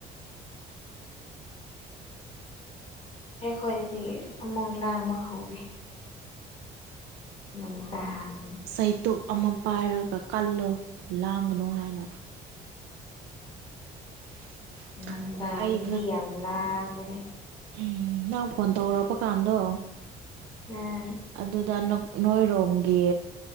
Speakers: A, on the left; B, on the right.
A: ꯑꯩꯈꯣꯏꯗꯗꯤ ꯑꯃꯨꯛ ꯂꯥꯡꯕ ꯍꯧꯔꯦ ꯅꯨꯡꯗꯥꯡ
B: ꯆꯩꯇꯨꯞ ꯑꯃ ꯄꯥꯏꯔꯒ ꯀꯜꯂꯣ ꯂꯥꯡꯒꯅꯨ ꯍꯥꯏꯅ <inaudible>
A: ꯅꯨꯡꯗꯥꯗꯤ
B: ꯑꯩ
A: ꯌꯥꯝ ꯑꯃ ꯂꯥꯡꯕꯅꯦ
B: ꯎꯝ ꯅꯪ ꯐꯣꯟ ꯇꯧꯔꯛꯄ ꯀꯥꯟꯗꯣ
A: ꯎꯝ
B: ꯑꯗꯨꯗ ꯅꯣꯏꯔꯣꯝꯒꯤ